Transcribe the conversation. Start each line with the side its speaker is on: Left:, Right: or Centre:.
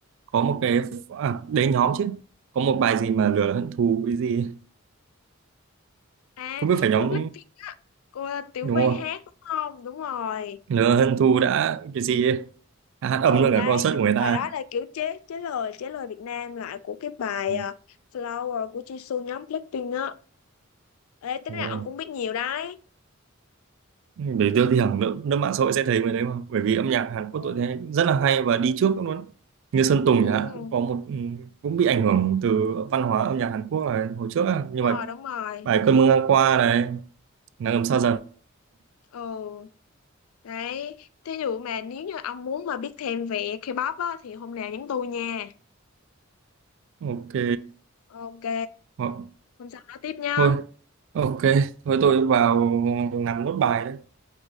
Right: Có một cái à, đấy nhóm chứ. Có một bài gì mà lửa hận thù cái gì. ấy.
Left: À,
Right: Không biết phải nhóm
Left: của Blackpink cô Tiểu
Right: đúng
Left: Vy
Right: không?
Left: hát đúng không? Đúng rồi.
Right: lửa hận thù đã cái gì ấy. À, Hát
Left: Ừ
Right: âm luôn
Left: đấy,
Right: cả concert của người ta.
Left: bài đó là kiểu chế chế lời chế lời Việt Nam lại của cái bài
Right: Ừ.
Left: ờ, Flower của Jisoo nhóm Blackpink á. Ê, tính
Right: Ồ,
Left: ra ông cũng biết nhiều đấy.
Right: Để đưa thì hẳn nước, nước mạng xã hội sẽ thấy người đấy mà. Bởi vì âm nhạc Hàn
Left: Ừ.
Right: Quốc tôi thấy rất là hay và đi trước luôn. Như Sơn
Left: Ừ,
Right: Tùng chẳng hạn cũng có một ừ, cũng bị ảnh hưởng từ văn hóa âm nhạc Hàn Quốc là hồi trước á.
Left: đúng
Right: nhưng mà
Left: rồi, đúng rồi.
Right: Bài cơn mưa ngang qua này, nắng ấm xa dần.
Left: Ồ, đấy. Thí dụ mà nếu như ông muốn mà biết thêm về K-pop á, thì hôm nào nhắn tôi nha.
Right: Ok,
Left: Ok,
Right: Ho-
Left: hôm sau nói tiếp nhá.
Right: thôi, ok, thôi tôi vào
Left: Ừ.
Right: làm nốt bài đấy.